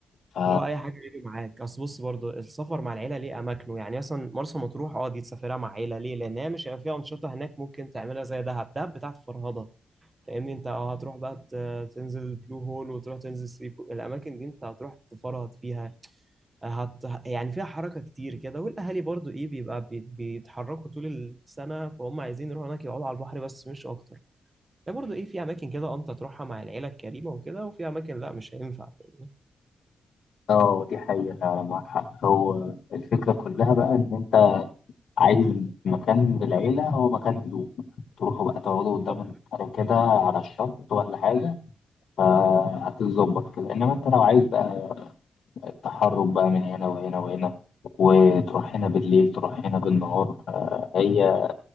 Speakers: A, on the left; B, on the right.
A: ف-
B: اللي هو اي حاجه يجي معاك اصل بص برضو السفر مع العيله ليه اماكنه يعني مثلا مرسى مطروح اه دي تسافرها مع عيله ليه لان هي مش هيبقى فيها انشطه هناك ممكن تعملها زي دهب دهب بتاعت فرهضه فاهمني انت اه هتروح بقى ت- تنزل البلو هول وتروح تنزل ثري بو... الاماكن دي انت هتروح تفرهد فيها هت... يعني فيها حركه كتير كده والاهالي برضو ايه بيبقى بي... بيتحركوا طول السنه فهم عايزين يروحوا هناك يقعدوا على البحر بس مش اكتر ده برضو ايه في اماكن كده اه انت تروحها مع العيله الكريمه وكده وفي اماكن لا مش هينفع فاهمني
A: اه دي حقيقه فعلا معاك حق هو الفكره كلها بقى ان انت عايز مكان للعيلة هو مكان هدوء تروحوا بقى تقعدوا قدام
B: طب
A: البحر كده على الشط ولا حاجة فهتتظبط كده إنما أنت لو عايز بقى التحرك بقى من هنا وهنا وهنا وتروح هنا بالليل تروح هنا بالنهار هي